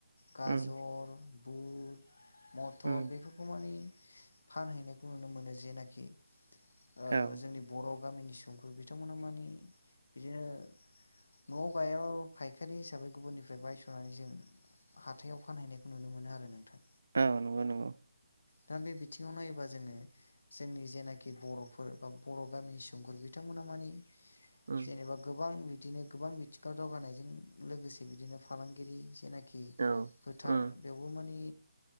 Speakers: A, on the left; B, on the right.
A: गाजर,
B: उम
A: बुद मटर
B: उम
A: बेफोरखौ मानि फानहैनायखौ नुनो मोनो जेनाखि ओ
B: औ
A: जोंनि बर' गामिनि सुबुंफोर बिथांमोना मानि बिदिनो न'आव गायाब्लाो फायखारि हिसाबै गुबुननिफ्राय बायस'नानै जों हाथायाव फानहैनायखौ नुनो मोनो आरो नोंथां
B: औ नंगौ नंगौ
A: दा बे बिथिङाव नायोबा जोङो जोंनि जेनाखि बर'फोर बा बर' गामिनि सुबुंफोर बिथांमोना मानि
B: उम
A: जेनेबा गोबां बिदिनो गोबां बिथिङाव दावगानायजों लोगोसे बिदिनो फालांगिरि जेनाखि खि
B: औ
A: फोथार
B: उम
A: बेवबो माने